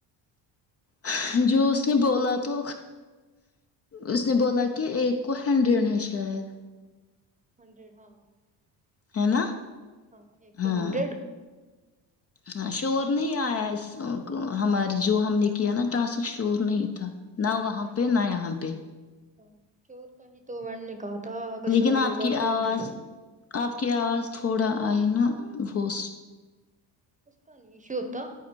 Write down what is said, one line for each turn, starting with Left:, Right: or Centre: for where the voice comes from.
Left: ہاں جو اس نے بولا تو اس نے بولا کہ ایک کو ہینڈرین ہے شاید
Right: ہنڈریڈ ہاں
Left: ہے
Right: ہنڈریڈ
Left: نا
Right: ہاں ایک
Left: ہاں
Right: ہنڈریڈ
Left: ہاں شور نہیں آیا اس ہماری جو ہم نے کیا نا ٹاسک شور نہیں تھا نہ وہاں
Right: نہیں
Left: پہ نہ یہاں پہ
Right: ہاں شور <unintelligible>
Left: لیکن
Right: شور
Left: آپ
Right: ہوگا
Left: کی آواز
Right: تو اس
Left: آپ کی آواز تھوڑا آئی نا وہ
Right: اس کا نہیں ایشو ہوتا